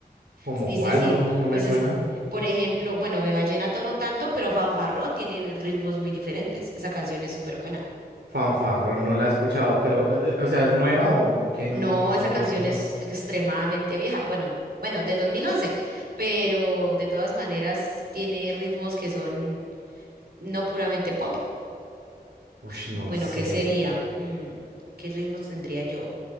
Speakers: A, on the right; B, on the right.
A: como
B: sí,
A: cuál,
B: sí, sí.
A: no, no
B: Pues
A: me suena.
B: es, por ejemplo, bueno, de vallenato no tanto, pero fanfarrón tiene ritmos muy diferentes. Esa canción es súper buena.
A: Fanfarro, no la he escuchado, pero, eh, eh, o sea, ¿es nueva o, o qué? No,
B: No,
A: no, ush,
B: esa
A: nunca
B: canción
A: la he escuchado.
B: es extremadamente vieja. Bueno, bueno, del 2011. pero de todas maneras tiene ritmos que son no puramente pop.
A: Uy, no
B: Bueno,
A: sé.
B: ¿qué sería? Mm, ¿qué ritmos tendría yo?